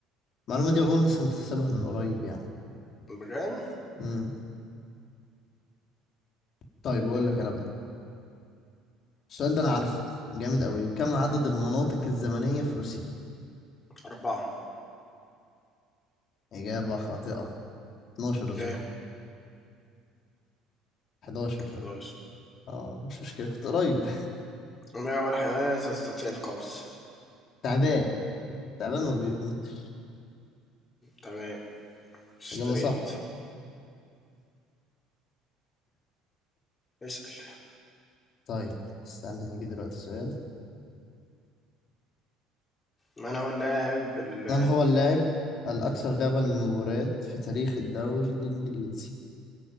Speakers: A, on the left; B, on the left.
A: المعلومة دي عموما لسه مكتسبها من قريب يعني
B: بجان
A: مم. طيب أقول لك أنا بقى السؤال ده أنا عارفه جامد أوي كم عدد المناطق الزمنية في روسيا
B: أربعة
A: إجابة خاطئة 12
B: اوكي
A: أظن 11
B: 11
A: اه مش مشكلة كنت قريب
B: ما هو الحيوان الذي يستطيع القفز؟
A: <laughs> تعبان تعبان ما بيموت
B: تمام اشتريت
A: إجابة صح
B: اسأل
A: طيب استنى هيجي دلوقتي سؤال
B: من هو اللاعب ال
A: من هو اللاعب الأكثر لعبا للمباريات في تاريخ الدوري الإنجليزي؟